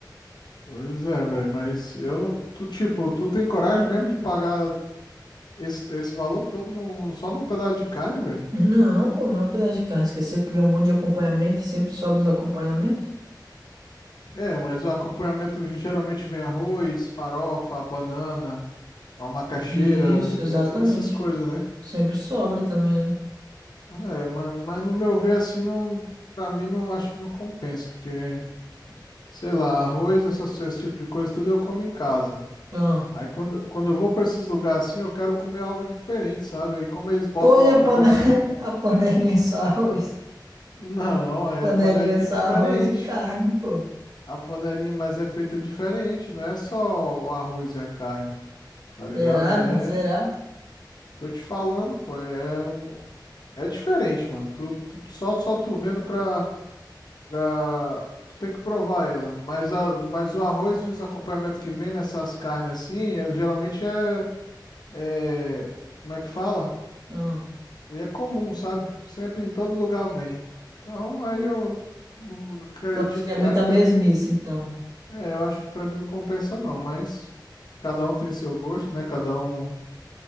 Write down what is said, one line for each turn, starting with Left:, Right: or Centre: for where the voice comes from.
Left: pois é, velho, mas eu não, tu, tipo, tu tem coragem mesmo de pagar esse, esse valor todo num, num- só num pedaço de carne, velho?
Right: Não, pô, não é um pedaço de carne. Esqueceu que vem um monte de acompanhamento e sempre sobra os acompanhamentos?
Left: É, mas o acompanhamento geralmente vem arroz, farofa, banana, uma macaxeira,
Right: Isso, exatamente.
Left: es- essas coisas, né?
Right: Sempre sobra também, né?
Left: É, mas, mas no meu ver, assim, não, pra mim, não acho que não compensa, porque, sei lá, arroz, essas, esse tipo de coisa, tudo eu como em casa.
Right: Ah.
Left: Aí quando, quando eu vou pra esses lugares assim, eu quero comer algo diferente, sabe? Aí como eles botam
Right: Pô, e
Left: um acompanhamento,
Right: a, pane... <laughs> a panelinha é só arroz?
Left: não, é
Right: Panelinha
Left: a panelinha
Right: é só
Left: é diferente.
Right: arroz e carne, pô.
Left: A panelinha, mas é feita diferente, não é só o arroz e a carne, tá ligado?
Right: Será,
Left: É.
Right: mano? Será?
Left: Tô te falando, pô, é, um- é diferente, mano. Tu, tu- só, só tu vendo pra, pra. Tu tem que provar ela. Mas, a, mas o arroz e os acompanhamentos que vem nessas carnes assim, é- geralmente é, é. Como é que fala?
Right: Hum.
Left: É comum, sabe? Sempre em todo lugar vem. Então aí eu não acredito
Right: Tu acha que é
Left: que.
Right: muita
Left: Acredito.
Right: mesmice, então?
Left: É, eu acho que pra mim não compensa, não, mas cada um tem seu gosto, né? Cada um